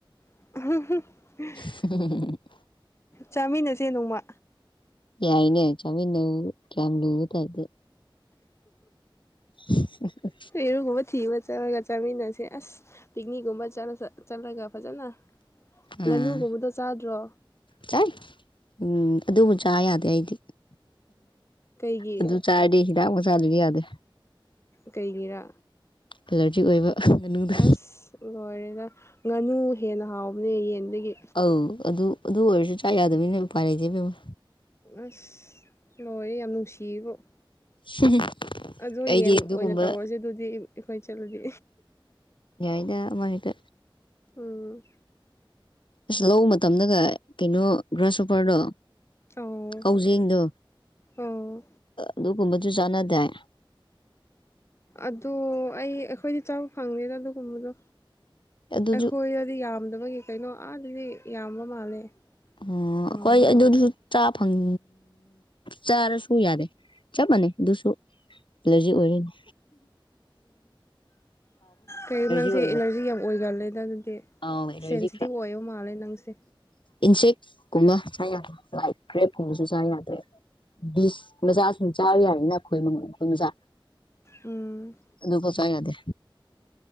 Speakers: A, on the left; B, on the left.
A: <unintelligible>
B: ꯍ <unintelligible>
A: ꯆꯥꯃꯤꯟꯅꯥꯁꯦ ꯅꯣꯡꯃꯥ
B: ꯌꯥꯏꯅꯦ ꯆꯥꯃꯤꯟꯅꯕꯕꯨ ꯀꯌꯥꯝ ꯂꯨꯕ ꯇꯥꯏꯞꯗ <unintelligible>
A: ꯌꯦꯔꯨꯝꯒꯨꯝꯕ ꯊꯤꯕ ꯆꯠꯂꯥꯒ ꯆꯥꯃꯤꯟꯅꯥꯁꯦ ꯑꯁ ꯄꯤꯛꯅꯤꯛꯀꯨꯝꯕ ꯆꯠꯂ ꯆꯠꯂꯒ ꯐꯖꯥꯅ ꯉꯥꯅꯨꯒꯨꯝꯕꯗꯣ
B: ꯎꯝ
A: ꯆꯥꯗ꯭ꯔꯣ?
B: ꯆꯥꯏ ꯎꯝ ꯑꯗꯨꯕꯨ ꯆꯥ ꯌꯥꯗꯦ ꯑꯩꯗꯤ꯫
A: ꯀꯩꯒꯤ?
B: ꯑꯗꯨ ꯆꯥꯔꯗꯤ ꯍꯤꯗꯥꯛ ꯆꯥꯗꯕ ꯌꯥꯗꯦ꯫
A: ꯀꯩꯒꯤꯔꯥ?
B: ꯑꯦꯂꯥꯔꯖꯤꯛ ꯑꯣꯏꯕ ꯉꯥꯅꯨꯗ
A: ꯑꯁ ꯂꯣꯏꯔꯦꯗ ꯉꯥꯅꯨ ꯍꯦꯟꯅ ꯍꯥꯎꯕꯅꯦ ꯌꯦꯟꯗꯒꯤ꯫
B: ꯑꯧ ꯑꯗꯨ ꯑꯗꯨ ꯑꯣꯏꯔꯁꯨ ꯆꯥ ꯌꯥꯗꯕꯅꯦ ꯎꯄꯥꯏ ꯂꯩꯇꯦ ꯏꯕꯦꯝꯃꯥ꯫
A: ꯑꯁ! ꯂꯣꯏꯔꯦ ꯌꯥꯝ ꯅꯨꯡꯁꯤꯕꯨ ꯫
B: <unintelligible>
A: ꯑꯗꯨ
B: ꯑꯩꯗꯤ
A: ꯌꯦꯟ
B: ꯑꯗꯨꯒꯨꯝꯕ
A: ꯑꯣꯏꯅ ꯇꯧꯔꯁꯦ ꯑꯗꯨꯗꯤ ꯑꯩꯈꯣꯏꯅ ꯆꯠꯂꯗꯤ꯫
B: ꯌꯥꯏꯗ ꯑꯃ ꯍꯦꯛꯇ꯫
A: ꯎꯝ
B: ꯑꯁ ꯂꯧꯕ ꯃꯇꯝꯗꯒ ꯀꯩꯅꯣ ꯒ꯭ꯔꯥꯁꯍꯣꯞꯄꯔꯗꯣ
A: ꯑꯣ
B: ꯀꯧꯖꯦꯡꯗꯣ
A: ꯑꯣ
B: ꯑꯗꯨꯒꯨꯝꯕꯁꯨ ꯆꯥꯟꯅꯗꯥꯏ
A: ꯑꯗꯣ ꯑꯩ ꯑꯈꯣꯏꯗꯤ ꯆꯥꯕ ꯐꯪꯉꯦꯗ ꯑꯗꯨꯒꯨꯝꯕꯗꯣ꯫
B: ꯑꯗꯨꯁꯨ
A: ꯑꯩꯈꯣꯏꯗꯗꯤ ꯌꯥꯝꯗꯕꯒꯤ ꯀꯩꯅꯣ ꯑꯥꯗꯗꯤ ꯌꯥꯝꯕ ꯃꯥꯜꯂꯦ꯫
B: ꯑꯣ
A: ꯑꯥ
B: ꯑꯩꯈꯣꯏ ꯑꯗꯨ ꯗꯨ ꯆꯥ ꯐꯪ ꯆꯥꯔꯁꯨ ꯌꯥꯗꯦ ꯆꯞ ꯃꯥꯟꯅꯩ ꯑꯗꯨꯁꯨ ꯑꯦꯂꯔꯖꯤꯛ ꯑꯣꯏꯔꯦꯅꯦ
A: ꯀꯩꯅꯤ ꯅꯪꯁꯦ
B: ꯑꯣꯏꯕ
A: ꯑꯦꯂꯥꯔꯖꯤ ꯌꯥꯝ ꯑꯣꯏꯒꯜꯂꯦꯗ ꯑꯗꯨꯗꯤ꯫
B: ꯑꯥꯎ ꯑꯦꯂꯔꯖꯤ
A: ꯁꯦꯟꯁꯤꯇꯤꯚ ꯑꯣꯏꯕ ꯃꯥꯜꯂꯦ ꯅꯪꯁꯦ꯫
B: ꯏꯟꯁꯦꯛꯀꯨꯝꯕ ꯆꯥ ꯌꯥꯗꯦ ꯂꯥꯏꯠ ꯀ꯭ꯔꯦꯞ ꯀꯨꯝꯕꯁꯨ ꯆꯥ ꯌꯥꯗ꯭ꯔꯦ ꯕꯤꯁ ꯃꯆꯥ ꯆꯥꯕ ꯌꯥꯎꯗꯅ ꯈꯣꯏ ꯈꯣꯏ ꯃꯆꯥ
A: ꯎꯝ
B: ꯑꯗꯨ ꯐꯥꯎ ꯆꯥ ꯌꯥꯗꯦ